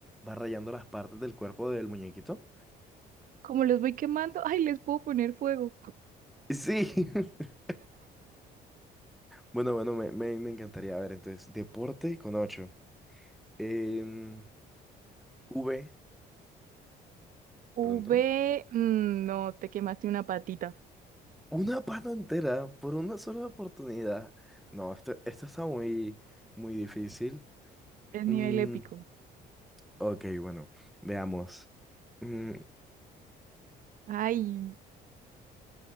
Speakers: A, in the centre; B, on the right.
A: va rayando las partes del cuerpo del muñequito.
B: Como los voy quemando, ay, les puedo poner fuego.
A: Sí. <laughs> Bueno, bueno, me, me, me encantaría. A ver, entonces, deporte con ocho. Em, V,
B: V,
A: pronto.
B: mm, no, te quemaste una patita.
A: Una pata entera por una sola oportunidad. No, esto, esto está muy, muy difícil.
B: Es nivel
A: Mm,
B: épico.
A: ok, bueno, veamos. Mm,
B: Ay,